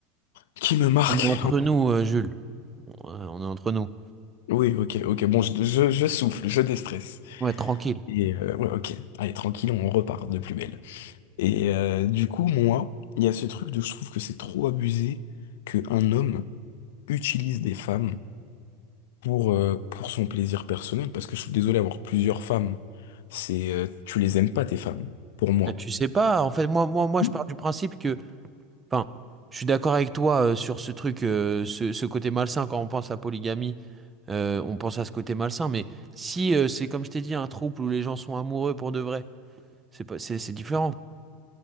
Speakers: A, on the left; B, on the right.
A: qui me marque.
B: on est entre
A: un peu.
B: nous, euh, Jules. Euh, On est entre nous.
A: Oui, ok, ok. Bon, je, je, je souffle, je déstresse.
B: Ouais, tranquille.
A: Et euh, ouais, ok, allez, tranquille, on repart de plus belle. Et euh, du coup, moi, il y a ce truc de je trouve que c'est trop abusé qu'un homme utilise des femmes pour, euh, pour son plaisir personnel, parce que je suis désolé, avoir plusieurs femmes, c'est euh, tu les aimes pas, tes femmes, pour moi.
B: Euh, Tu sais pas, en fait, moi, moi, moi,
A: Non.
B: je pars du principe que, enfin, je suis d'accord avec toi euh, sur ce truc, euh, ce, ce côté malsain quand on pense à polygamie, euh, on pense à ce côté malsain. Mais si euh, c'est comme je t'ai dit, un trouble où les gens sont amoureux pour de vrai, c'est pas, c'est, c'est différent.